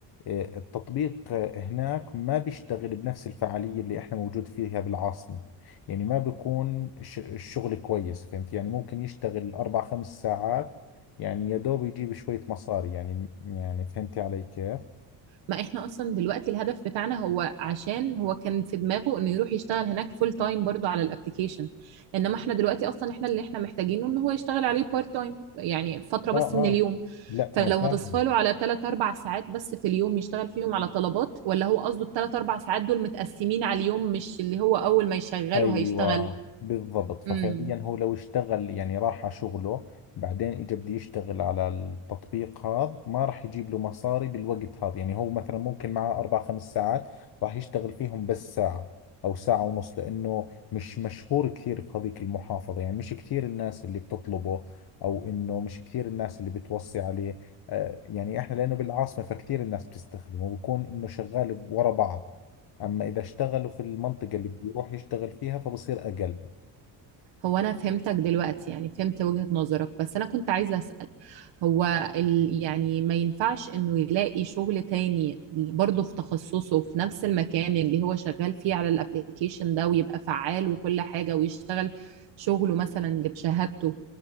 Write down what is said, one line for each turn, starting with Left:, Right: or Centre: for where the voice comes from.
Left: آه، التطبيق آه، هناك ما بيشتغل بنفس الفعالية اللي احنا موجود فيها بالعاصمة يعني ما بيكون ش- الشغل كويس فهمت يعني ممكن يشتغل اربع خمس ساعات يعني يا دوب يجيب شوية مصاري يعني يعني فهمتي علي كيف؟
Right: ما احنا اصلا دلوقتي الهدف بتاعنا هو عشان هو كان في دماغه انه يروح يشتغل هناك فول تايم برضو على الابليكيشن انما احنا دلوقتي اصلا احنا اللي احنا محتاجينه ان هو يشتغل عليه بارت تايم يعني فترة بس
Left: اه اه
Right: من اليوم
Left: لا
Right: فلو
Left: انا
Right: هتصفاله
Left: فاهم
Right: على 3 4 ساعات بس في اليوم يشتغل فيهم على طلبات ولا هو قصده الثلاث اربع ساعات دول متقسمين على اليوم مش اللي هو اول ما يشغله
Left: ايوه
Right: هيشتغل
Left: بالضبط ففعليا
Right: امم
Left: هو لو اشتغل يعني راح على شغله بعدين اجى بده يشتغل على التطبيق هذا ما راح يجيب له مصاري بالوقت هذا يعني هو مثلا ممكن معه اربع خمس ساعات راح يشتغل فيهم بس ساعة او ساعة ونص لانه مش مشهور كثير في هذيك المحافظة يعني مش كثير الناس اللي بتطلبه او انه مش كثير الناس اللي بتوصي عليه آه يعني احنا لانه بالعاصمة فكثير الناس بتستخدمه وبكون انه شغال ورا بعض أما إذا اشتغلوا في المنطقة اللي بده يروح يشتغل فيها فبصير أقل
Right: هو انا فهمتك دلوقتي يعني فهمت وجهة نظرك بس انا كنت عايزة اسأل هو ال... يعني ما ينفعش انه يلاقي شغل تاني برضه في تخصصه في نفس المكان اللي هو شغال فيه على الابليكيشن ده ويبقى فعال وكل حاجة ويشتغل شغله مثلا اللي بشهادته